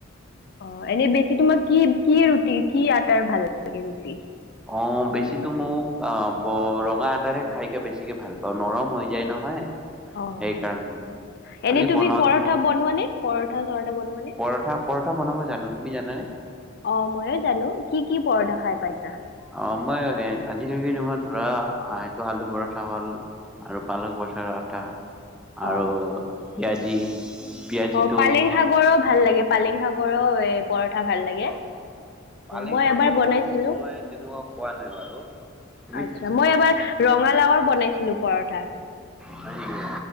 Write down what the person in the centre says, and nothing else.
অ' বেছিতো মোক অ' ৰঙা আটাৰে খাইকে বেছিকে ভাল পাওঁ, নৰম হৈ যায় নহয়।
সেইকাৰণে। খালি
বনাওঁতে
পৰঠা পৰঠা বনাব জানো, তুমি জানানে?
অ' মই আজিলৈক তোমাৰ ধৰা এইটো আলু পৰঠা হল, আৰু পালক পৰঠা আটা।
আৰু পিয়াজি। পিয়াজিটো
অ'
পালেং
শাকতো
মই তেনেকুৱা খোৱা নাই বাৰু। তুমি
খাইছানে?
হয় নেকি?